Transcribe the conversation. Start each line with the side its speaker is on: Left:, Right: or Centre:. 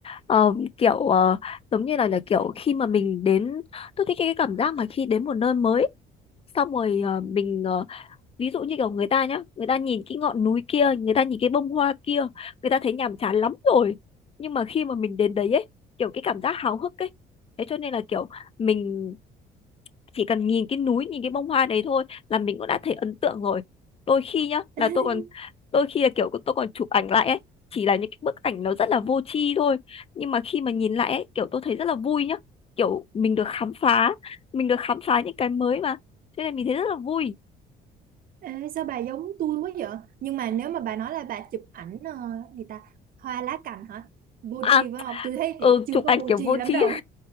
Left: Ờ, kiểu ờ, giống như là, là kiểu khi mà mình đến, tôi thích cái cảm giác mà khi đến một nơi mới, xong rồi ờ, mình ờ, ví dụ như kiểu người ta nhá, người ta nhìn cái ngọn núi kia, người ta nhìn cái bông hoa kia, người ta thấy nhàm chán lắm rồi. Nhưng mà khi mà mình đến đấy ấy, kiểu cái cảm giác háo hức ấy, thế cho nên là kiểu mình chỉ cần nhìn cái núi nhìn cái bông hoa đấy thôi là mình cũng đã thấy ấn tượng rồi đôi khi nhá là
Right: <laughs>
Left: tôi còn đôi khi là kiểu tôi còn chụp ảnh lại ấy chỉ là những cái bức ảnh nó rất là vô tri thôi nhưng mà khi mà nhìn lại ấy kiểu tôi thấy rất là vui nhá kiểu mình được khám phá mình được khám phá những cái mới mà cho nên mình thấy rất là vui
Right: Ê, sao bà giống tôi quá vậy nhưng mà nếu mà bà nói là bà chụp ảnh ờ, gì ta hoa lá cành hả vô
Left: à
Right: tri phải không tôi thấy
Left: ừ
Right: chị chưa
Left: chụp
Right: có
Left: ảnh
Right: vô
Left: kiểu
Right: tri
Left: vô
Right: lắm
Left: tri
Right: đâu